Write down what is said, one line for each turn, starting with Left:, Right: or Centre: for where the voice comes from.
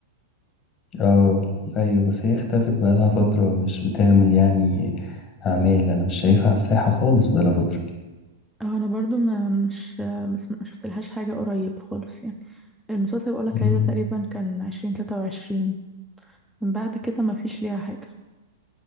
Left: اه ايوه بس هي اختفت بقالها فترة مش بتعمل يعني اعمال انا مش شايفها على الساحة خالص بقالها فترة
Centre: اه انا برضو ما مش مش ما شفتلهاش حاجه قريب خالص يعني المسلسل اللي بقولك عليه
Left: مم.
Centre: ده تقريبا كان عشرين تلاتة وعشرين من بعد كده ما فيش ليها حاجه